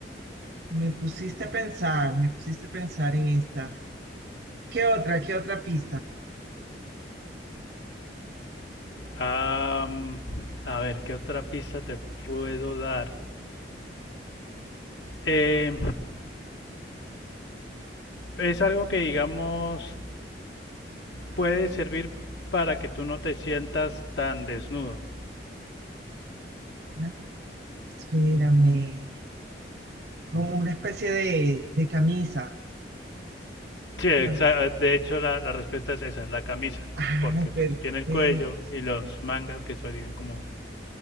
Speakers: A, on the right; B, on the left.
A: me pusiste a pensar, me pusiste a pensar en esta. ¿Qué otra? ¿Qué otra pista?
B: Am, a ver, ¿qué otra pista te puedo dar? Eh, es algo que, digamos, puede servir para que tú no te sientas tan desnudo.
A: Ah, Espérame. Como una especie de, de camisa.
B: Sí, exa-
A: Camisa.
B: de hecho la, la respuesta es esa, la camisa,
A: Ah,
B: porque pues
A: perfecto.
B: tiene el cuello y los mangas que serían como,